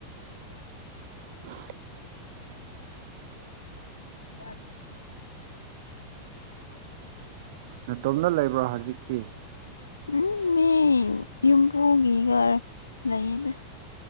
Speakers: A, on the right (about 50°); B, on the left (about 75°).
A: ꯑ <inaudible>
B: ꯍ <inaudible>
A: ꯅꯇꯣꯝꯅ ꯂꯩꯕ꯭ꯔꯥ ꯍꯧꯖꯤꯛꯇꯤ
B: ꯎꯝ ꯃꯤ ꯌꯨꯝꯕꯨꯒꯤꯒ ꯂꯩꯗ